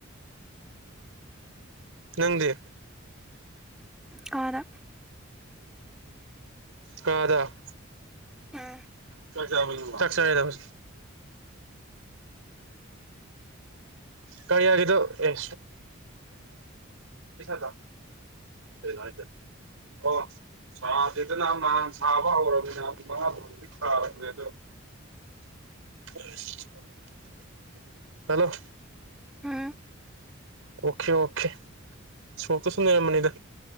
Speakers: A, on the right; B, in the centre.
A: ꯅꯪꯗꯤ
B: ꯀꯥꯗ
A: ꯀꯥꯗ
B: ꯎꯝ
A: <unintelligible> ꯆꯥꯛ ꯆꯔꯦꯗꯥꯕ ꯀꯔꯤꯌꯥꯒꯤꯗꫭ ꯑꯦ <unintelligible> <unintelligible> ꯁꯥꯗꯦꯗꯅ ꯅꯍꯥꯟ ꯁꯥꯕ ꯍꯧꯔꯕꯅꯤꯅ ꯑꯗꯨ ꯃꯉꯥ ꯇꯔꯨꯛꯇꯤ ꯁꯥꯔꯕꯅꯦ ꯑꯗꯣ <unintelligible> ꯍꯜꯂꯣ
B: ꯎꯝ
A: ꯑꯣꯀꯦ ꯑꯣꯀꯦ ꯁꯣꯔꫭꯛꯇ ꯁꯨꯝ ꯂꯩꯔꯝꯕꯅꯤꯗ